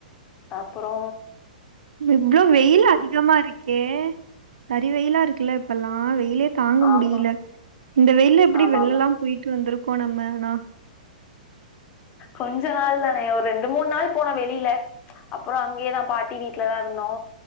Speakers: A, on the left; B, on the right.
A: அப்றோ
B: இவ்ளோ வெயில் அதிகமா இருக்கே சரி வெயிலா இருக்குல்ல இப்பல்லா வெயிலே தாங்க
A: ஆமா
B: முடியில இந்த வெயில்ல எப்டி
A: ஆமா
B: வெள்லலா
A: ஆமா
B: போயிட்டு வந்துர்ருக்கோ நம்ம னா
A: கொஞ்ச நாள் தானே ஒரு ரெண்டு மூண் நாள் போன வெளில அப்றோ அங்கேயேதா பாட்டி வீட்டுலதா இருந்தோ